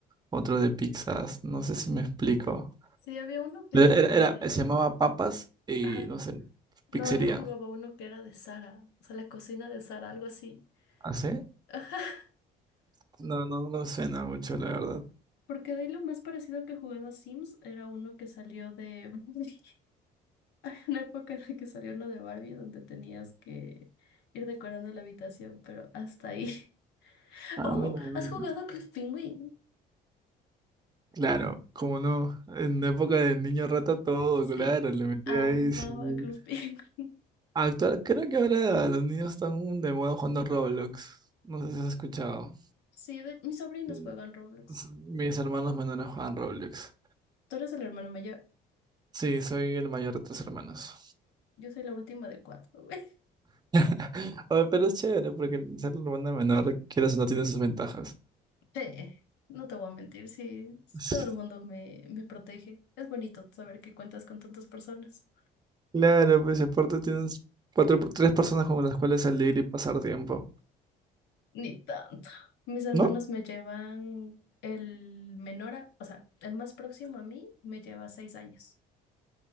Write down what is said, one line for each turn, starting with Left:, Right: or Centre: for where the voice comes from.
Right: otro de pizzas, no sé si me explico.
Left: Sí, había uno que
Right: Pero
Left: era
Right: Era,
Left: de...
Right: era- se llamaba Papas y,
Left: Ajá.
Right: no sé,
Left: No,
Right: pizzería.
Left: yo jugaba uno que era de Sara, o sea, la cocina de Sara, algo así.
Right: ¿Ah, sí?
Left: Ajá.
Right: No, no, no me suena mucho, la verdad.
Left: Porque de ahí lo más parecido que jugaba a Sims era uno que salió de Barbie. <laughs> Una época en la que salió uno de Barbie donde tenías que ir decorando la habitación, pero hasta ahí. <laughs>
Right: Ah,
Left: Oh,
Right: mira, no.
Left: ¿has
Right: no.
Left: jugado a Club Penguin?
Right: Claro, como no, en la época de niño rata todo,
Left: Sí,
Right: claro, le metía
Left: amaba
Right: ahí, sí.
Left: Club Penguin. <laughs>
Right: Actual, creo que ahora los niños están de moda jugando Roblox. No sé si has escuchado.
Left: Sí, de- mis sobrinos
Right: Mm.
Left: juegan Roblox.
Right: S- Mis hermanos menores juegan Roblox.
Left: Tú eres el hermano mayor.
Right: Sí, soy el mayor de tres hermanos.
Left: Yo soy la última de cuatro, güey.
Right: <laughs> Oye, pero es chévere porque el ser hermana menor, quieras o no, tiene sus ventajas.
Left: Sí, <laughs> no te voy a mentir, sí.
Right: Sí.
Left: Todo el mundo me, me protege. Es bonito saber que cuentas con tantas personas.
Right: Claro, pues aparte tienes cuatro, tres personas con las cuales salir y pasar tiempo.
Left: Ni tanto. Mis hermanos
Right: ¿No?
Left: me llevan el menor, a- o sea, el más próximo a mí me lleva seis años.